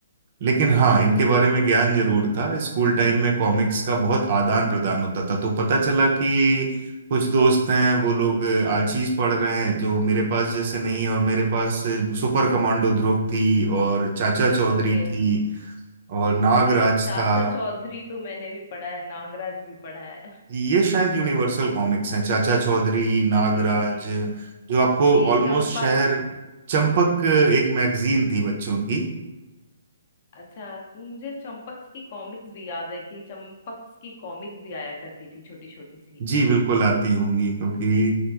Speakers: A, on the right; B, on the left.
A: लेकिन हाँ इनके बारे में ज्ञान जरूर था स्कूल टाइम में कॉमिक्स का बहुत आदान प्रदान होता था तो पता चला कि कुछ दोस्त हैं वो लोग आलचीज पढ़ रहे हैं जो मेरे पास जैसे नहीं और मेरे पास सुपर कमांडो ध्रुव थी और चाचा चौधरी
B: ओके
A: थी और नागराज
B: जी चाचा
A: था
B: चौधरी तो मैंने भी पढ़ा है नागराज भी पढ़ा है
A: ये शायद यूनिवर्सल कॉमिक्स हैं चाचा चौधरी नागराज
B: जी जी
A: जो आपको
B: जी
A: ऑलमोस्ट
B: चंपक
A: शहर चंपक एक मैगजीन थी बच्चों की
B: अच्छा मुझे चंपक्स की कॉमिक्स भी याद है कि चंपक्स की कॉमिक्स भी आया करती थी छोटी छोटी सी
A: जी बिल्कुल आती होंगी क्योंकि